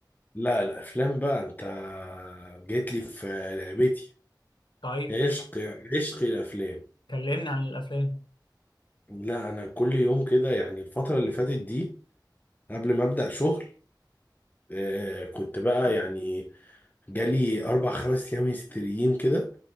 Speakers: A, on the left; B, on the left.
A: لا الافلام بقى انت جيت لي في لعبتي
B: طيب
A: عشق عشق الافلام
B: كلمني عن الافلام
A: لا انا كل يوم كده يعني الفتره اللي فاتت دي قبل ما ابدا شغل آه كنت بقى يعني جالي اربع خمس ايام هستيريين كده